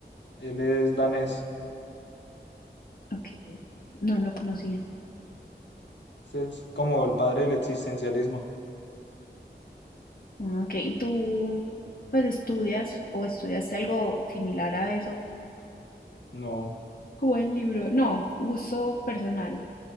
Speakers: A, on the left; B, on the left.
A: él es danés,
B: Ok, no lo conocía.
A: Ese es como el padre del existencialismo.
B: Ah, Ok, ¿y tú pues estudias o estudiaste algo similar a eso?
A: No,
B: Como el libro. No, gusto personal.